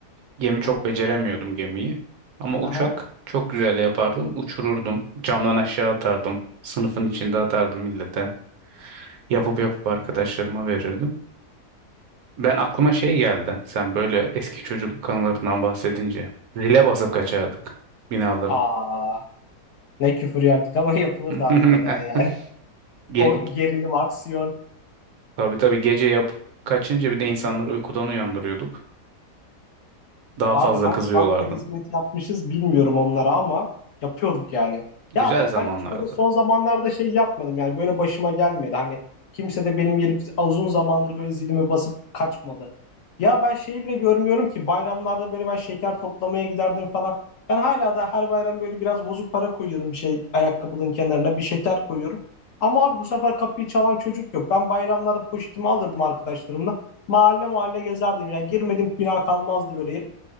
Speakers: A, on the right (about 70°); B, on the left (about 60°).
A: Gemi çok
B: Oo.
A: beceremiyordum gemiyi. Ama uçak
B: Aha.
A: çok güzel yapardım. Uçururdum. Camdan aşağı atardım. Sınıfın içinde atardım millete. Yapıp yapıp arkadaşlarıma verirdim. Ben aklıma şey geldi. Sen böyle eski çocukluk anılarından bahsedince. Zile basıp kaçardık binaların.
B: Aa. Ne küfür yerdik ama <laughs> yapılırdı
A: <laughs>
B: harbiden ha yani. <laughs>
A: Ge
B: O gerilim, aksiyon.
A: tabii tabii gece yapıp kaçınca bir de insanları uykudan uyandırıyorduk. Daha
B: Abi
A: fazla
B: hangi
A: kızıyorlardı.
B: akla hizmet yapmışız bilmiyorum onlara ama yapıyorduk yani.
A: Güzel
B: Ya ama
A: zamanlardı.
B: ben hiç böyle son zamanlarda şey yapmadım yani böyle başıma gelmedi. Hani kimse de benim gelip uzun zamandır böyle zilimi basıp kaçmadı. Ya ben şeyi bile görmüyorum ki bayramlarda böyle ben şeker toplamaya giderdim falan. Ben hala da her bayram böyle biraz bozuk para koyuyorum bir şey ayakkabının kenarına bir şeker koyuyorum. Ama abi bu sefer kapıyı çalan çocuk yok. Ben bayramlarda poşetimi alırdım arkadaşlarımla. Mahalle mahalle gezerdim ya. Girmedim bina kalmazdı böyle